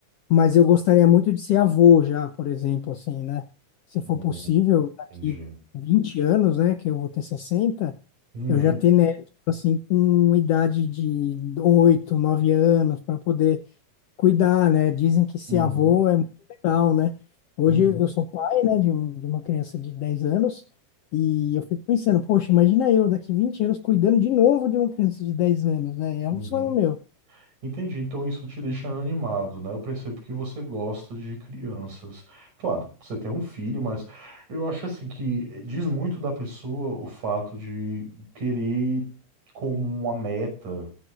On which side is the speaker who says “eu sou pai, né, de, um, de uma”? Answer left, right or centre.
Left